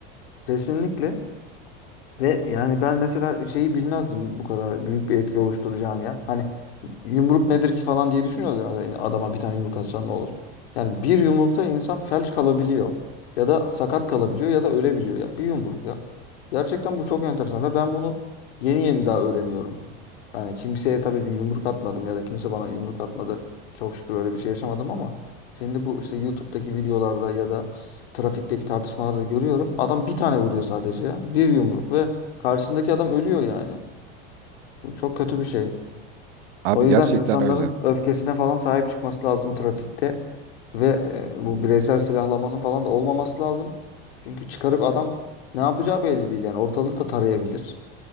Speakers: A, on the left; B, on the right.
A: kesinlikle Ve yani ben mesela şeyi bilmezdim bu kadar büyük bir etki oluşturacağını ya. Hani yumruk nedir ki falan diye düşünüyoruz ya Yani adama bir tane yumruk atsan ne olur. Yani bir yumrukta insan felç kalabiliyor ya da sakat kalabiliyor ya da ölebiliyor ya. Bir yumruk ya. Gerçekten bu çok enteresan ve ben bunu yeni yeni daha öğreniyorum. Yani kimseye tabii bir yumruk atmadım ya da kimse bana yumruk atmadı. Çok şükür öyle bir şey yaşamadım ama şimdi bu işte YouTube'daki videolarda ya da trafikteki tartışmalarda da görüyorum. Adam bir tane vuruyor sadece ya. Bir yumruk ve karşısındaki adam ölüyor yani. Bu çok kötü bir şey.
B: Abi
A: O yüzden
B: gerçekten
A: insanların
B: öyle.
A: öfkesine falan sahip çıkması lazım trafikte. Ve e, bu bireysel silahlamanın falan da olmaması lazım. Çünkü çıkarıp adam ne yapacağı belli değil yani. Ortalığı da tarayabilir.